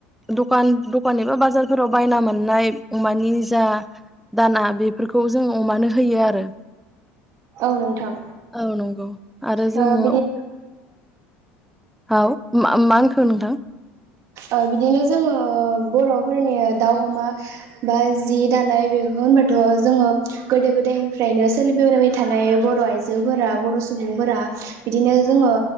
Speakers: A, in the centre; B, on the right.
A: दखान दखान एबा बाजारफोराव बायना मोननाय अमानि जा दाना। बेफोरखौ जों अमानो होयो आरो
B: औ नोंथां
A: औ नंगौ। आरो
B: ओ
A: जोङो
B: बिदि।
A: औ मा मा होनखो नोंथां।
B: ओ बिदिनो जोङो बर'। फोरनि दाउ अमा बा जि दानाय बेखौ होनबाथ' जोङो गोदो गोदायनिफ्रायनो सोलिबोबाय थानाय बर' आइजोफोरा बर' सुबुंफोरा बिदिनो जोङो